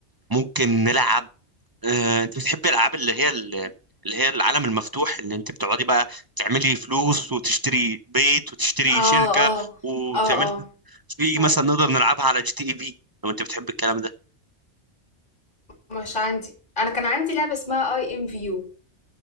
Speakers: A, on the right (about 35°); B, on the left (about 45°).
A: ممكن نلعب آه، انت بتحبي الالعاب اللي هي ال- اللي هي العالم المفتوح اللي انت بتقعدي بقى تعملي فلوس وتشتري بيت وتشتري
B: اه
A: شركة
B: اه
A: وتعملي
B: اه اه
A: في
B: اه
A: مثلا نقدر نلعبها على جي تي اي في لو انت بتحب الكلام ده
B: مش عندي انا كان عندي لعبه اسمها اي ام فيو